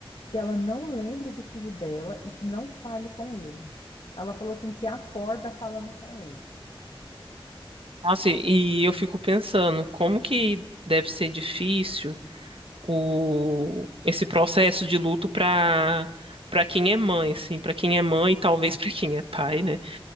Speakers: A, on the left (about 70°); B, on the right (about 70°).
A: que ela não lembre do filho dela e que não fale com ele. Ela falou assim que acorda falando com ele.
B: Nossa, e e eu fico pensando, como que deve ser difícil o, esse processo de luto para para quem é mãe, assim, para quem é mãe e talvez para quem é pai, né?